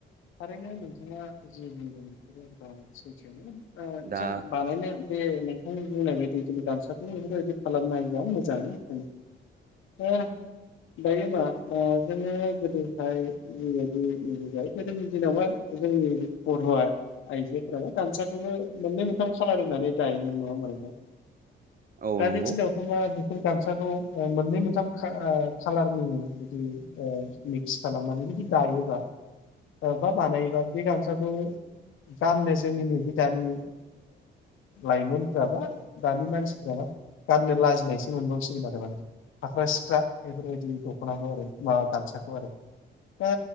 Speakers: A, on the left; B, on the right.
A: थारैनो नोंथाङा जि बुंदों बेफोर सैथोआनो
B: दा
A: जों बानायनो बे नोंथां बुंनाय बायदि जों गामसाखौ बेफोरबायदि खालामनो हायोबा मोजां दायोबा जोङो गोदोहायबाय ज जायो गोदोनि दिनावबा जोंनि बर'आ आइजोफोराबा गामसाखौबो मोननै मोनथाम खालार होननानै दायोमोन नङा माने दा
B: औ
A: दानि
B: नंगौ
A: दिनावथ' मा बेफोर गामसाखौ मोननै मोनथाम खालारनि जुदि मिक्स खालामनानै जुदि दायो बा बानायबा बे गामसाखौ गाननो जोंनि नैबे दानि लाइमोनफ बा दानि मानसिफ मा गाननो लाजिनायसो मोनबावसिगोन आरो माने हाख्रा सिख्रा बेफोरबायदि दख'नाखौ आरो माबा गामसाखौ आरो दा